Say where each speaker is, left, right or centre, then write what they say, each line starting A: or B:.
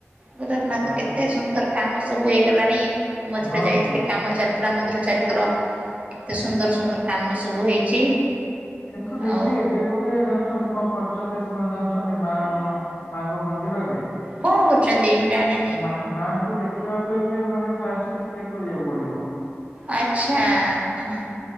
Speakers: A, on the right; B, on the left.
A: ଗୋରେଖନାଥ
B: ଆଉ-
A: କେତେ ସୁନ୍ଦର। କାମ ସବୁ ହେଇଗଲାଣି ମଝିରେ
B: ହଁ
A: ଯାଇଥିଲି।
B: ହଁ
A: କାମ ଚାଲିଥିଲା ମନ୍ଦିର ଚାରିକର କେତେ ସୁନ୍ଦର ସୁନ୍ଦର। କାମ ସବୁ ହେଇଛି
B: କିନ୍ତୁ ଦିଦି
A: ଆଉ
B: ଏବେ ଗୋଟେ ଜାଣିଛନ୍ତି କଁ କରିଛନ୍ତି ସେମାନେ ଜାଣିଛନ୍ତି ମା ମା ମାଙ୍କ ମନ୍ଦିରରେ
A: କଣ କରୁଛନ୍ତି ମୁଁ ଜାଣିନି
B: ମା ମାଙ୍କୁ ଦେଖିବାକୁ ଏବେ ମାନେ ଫାଷ୍ଟ ଟିକେଟ କରିଆ ପଡିବ।
A: ଆଚ୍ଛା ହଁ